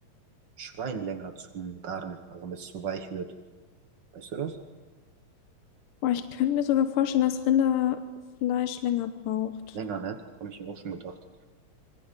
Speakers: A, on the right; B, on the left.
A: Schwein länger zum Garen, also damit es so weich wird. Weißt du das?
B: Boah, ich könnte mir sogar vorstellen, dass Rinderfleisch länger braucht.
A: Länger, ne? Habe ich mir auch schon gedacht.